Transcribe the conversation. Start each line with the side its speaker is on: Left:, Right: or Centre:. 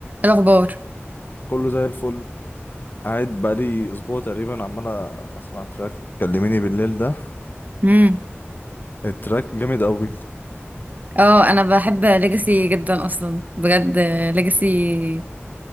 Right: الأخبار
Left: كله زي الفل قاعد بقالي اسبوع تقريبا عمال اسمع تراك كلميني بالليل ده
Right: امم
Left: التراك جامد قوي
Right: اه أنا بحب ليجاسي جدا أصلا بجد ليجاسي